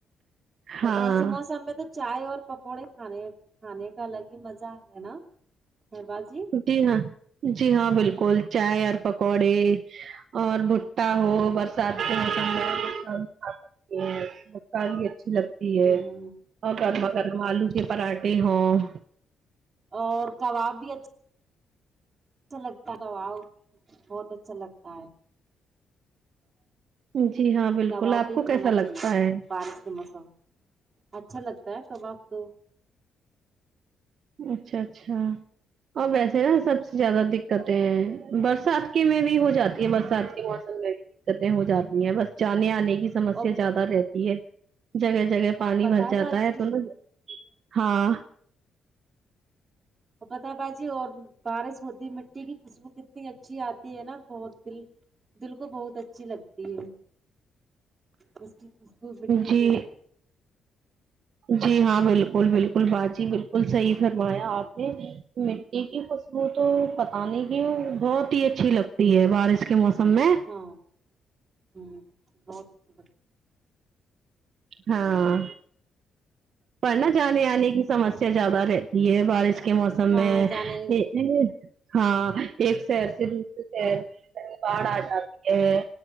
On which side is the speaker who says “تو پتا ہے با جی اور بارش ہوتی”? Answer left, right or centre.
Right